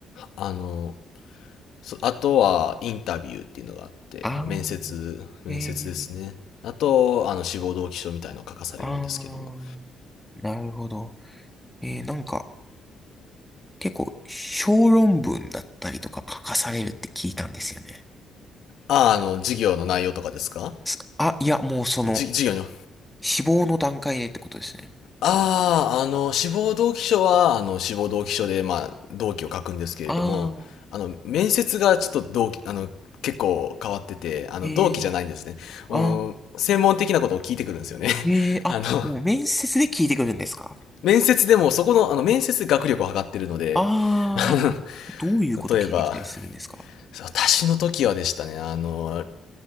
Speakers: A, on the left; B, in the centre.
A: あの、そあとはインタビューっていうのがあって、
B: ああ、
A: 面接、面接ですね。
B: ええ、
A: あと、あの、志望動機書みたいのを書かされるんですけども。
B: ああ、なるほど。ええ、なんか結構小論文だったりとか書かされるって聞いたんですよね。
A: ああ、あの、授業の内容とかですか
B: すあ、いや、もうその、
A: じ、授業に。
B: 死亡の段階でってことですね。
A: ああ、あの、志望動機書は、あの、志望動機書で、まあ、動機を書くんですけれども、
B: ああ、
A: あの、面接がちょっと動機、あの、結構変わってて、あの、
B: ええ、
A: 動機じゃないんですね。あの、
B: ああ、
A: 専門的なことを聞いてくるんですよね。<laughs>
B: ええ、あ、
A: あの、
B: もう面接で聞いてくるんですか
A: 面接でも、そこの、あの、面接で学力を測ってるので、
B: ああ、
A: <laughs> あ
B: どういうこと聞いてきたりするんですか
A: の例えば、私の時はでしたね、あの、